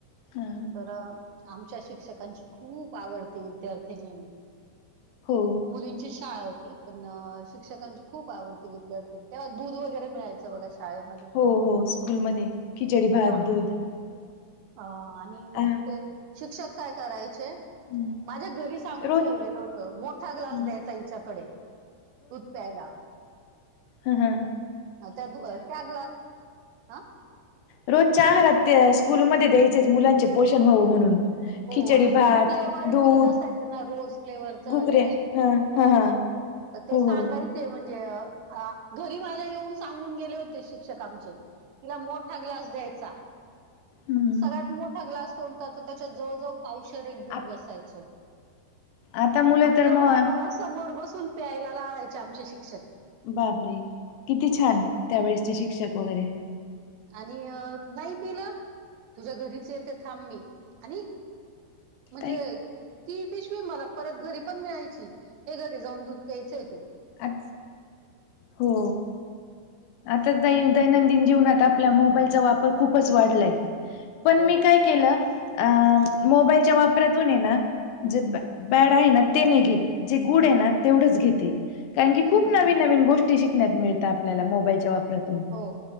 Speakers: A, on the left (about 80°); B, on the right (about 80°).
A: हा
B: तर आमच्या शिक्षकांची खूप आवडती विद्यार्थिनी मी.
A: हो.
B: मुलींचीचं शाळा होती पण शिक्षकांची खूप आवडती विद्यार्थी तेव्हा दूध व गैरे मिळायंचं बघा शाळेमध्ये.
A: हो हो स्कूलमध्ये खिचडी भात
B: हां.
A: दूध
B: अ आणि
A: आ
B: मग ते शिक्षक काय करायचे
A: हम्म.
B: माझ्या घरी सांगून
A: रोज
B: ठेवलेलं होतं मोठा ग्लास
A: हम्म.
B: द्यायचा ईच्याकडे दूध प्यायला.
A: हं हा
B: आता दू अ त्या ग्लास हां,
A: रोजच्या आहारात ते स्कूलमध्ये द्यायचेच मुलांचे पोषण व्हावं म्हणून
B: हो
A: खिचडी
B: आणि
A: भात
B: ते फ्लेवर्ड
A: दूध
B: मिल्क असायच ना रोज फ्लेवरच वगैरे
A: घुगऱ्या हा हा हा
B: त ते
A: हो
B: सांगाय
A: हो हो
B: ते म्हणजे घरी माझ्या येऊन सांगून गेले होते शिक्षक आमचे तिला मोठ ठा ग्लास द्यायचा
A: हम्म
B: मग सगळ्यात मोठा ग्लास कोणता त त्याच्यात जवळ जवळ पावशर एक दूध
A: आ
B: बसायच
A: आता मुलं
B: त
A: तर
B: तेवढा
A: मग
B: मल समोर बसून प्यायला लावायचे आमचे शिक्षक
A: बाप रे! किती छान त्यावेेळेसचे शिक्षक वगैरे
B: आणि नाही पिलं तुझ्या घरीच येत थांब मी आणि म्हणजे
A: ताई
B: ती पिशवी मला परत घरी पण मिळायची. हे घरी जाऊन दूध प्यायचंय तू
A: अस हो. आता दै दैनंदिन जीवनात आपल्या मोबाईलचा वापर खूपच वाढलाय. पण
B: हो
A: मी काय केलं अ मोबाईलच्या वापरातून ये ना जे बॅ बॅड आहे ना ते नाही घेत जे गुड आहे ना तेवढंच घेते. कारण की
B: हं,
A: खूप
B: हं.
A: नवीन नवीन गोष्टी शिकण्यात मिळता आपल्याला मोबाईलच्या वापरातून.
B: हो.